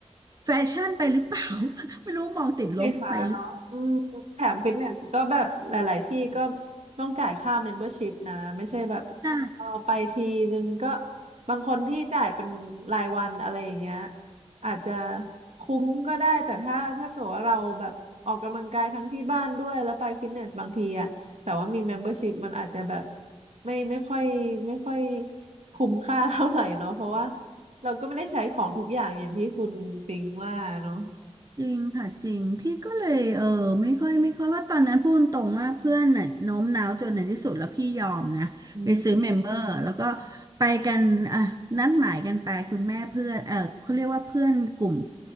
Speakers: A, on the right; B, on the right.
A: แฟชั่นไปหรือเปล่า <laughs> ไม่รู้มองติดลบไปหรือเปล่า
B: สีฟ้าเนาะอืมแถมฟิตเนสก็แบบหลายๆที่ก็ต้องจ่ายค่าเมมเบอร์ชิพนะไม่ใช่แบบ
A: ใช่
B: เออไปทีนึงก็บางคนที่จ่ายเป็นรายวันอะไรอย่างเงี้ยอาจจะคุ้มก็ได้แต่ถ้าถ้าเกิดว่าเราแบบออกกำลังกายทั้งที่บ้านด้วยแล้วไปฟิตเนสบางทีอะแต่ว่ามี membership มมเบอร์ชิพมันอาจจะแบบไม่ไม่ค่อยไม่ค่อยคุ้มค่าเท่าไหร่เนาะเพราะว่าเราก็ไม่ได้ใช้ของทุกอย่างอย่างที่คุณปิงว่าเนาะ
A: จริงค่ะจริงพี่ก็เลยเออไม่ค่อยไม่ค่อยว่าตอนนั้นพูดตรงว่าเพื่อนน่ะโน้มน้าวจนในที่สุดแล้วพี่ยอมนะไปซื้อเมมเบอร์แล้วก็
B: อ
A: ไปกันอ่ะนัดหมายกันไปคุณแม่เพื่อนเออเขาเรียกว่าเพื่อนกลุ่ม